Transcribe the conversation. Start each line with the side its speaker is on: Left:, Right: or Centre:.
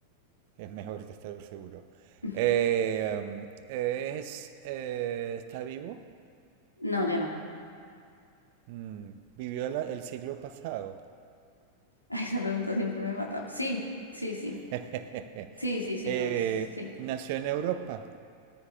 Right: Es mejor estar seguro.
Left: <laughs>
Right: Eh, um, eh, es, eh, ¿está vivo?
Left: No, ya no.
Right: Mm, vivió la- el siglo pasado.
Left: <laughs> Ay, Esa pregunta siempre me mata. Sí, sí, sí.
Right: <laughs>
Left: Sí, sí, sí,
Right: Eh,
Left: no es. Sí.
Right: nació en Europa.